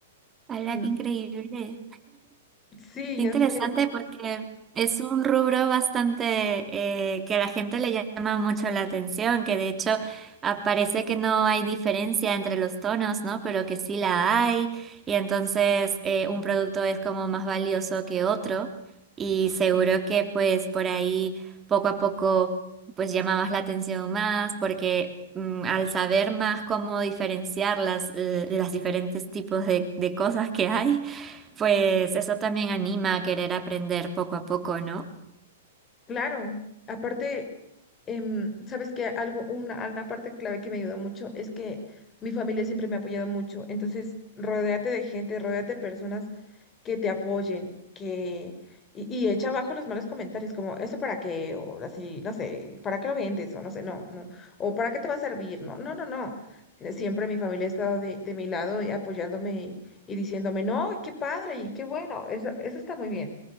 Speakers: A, on the right; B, on the left.
A: Hola,
B: mm,
A: qué increíble.
B: sí,
A: Qué
B: ya
A: interesante
B: sé.
A: porque es un rubro bastante eh, que a la gente le llama mucho la atención, que de hecho aparece que no hay diferencia entre los tonos, ¿no? Pero que sí la hay y entonces eh, un producto es como más valioso que otro y seguro que pues por ahí poco a poco pues llamabas la atención más porque mm, al saber más cómo diferenciar las, eh, las diferentes tipos de de cosas que hay pues eso también anima a querer aprender poco a poco, ¿no?
B: Claro, aparte, em, sabes que algo, una, una parte clave que me ayudó mucho es que mi familia siempre me ha apoyado mucho. Entonces, rodéate de gente, rodéate de personas que te apoyen, que, y, y echa abajo los malos comentarios, como, ¿eso para qué? O así, no sé, ¿para qué lo vendes? O no sé, no, no. O ¿para qué te va a servir? No, no, no, no. Eh, Siempre mi familia ha estado de, de mi lado y apoyándome y, y diciéndome, no, qué padre y qué bueno, eso, eso está muy bien.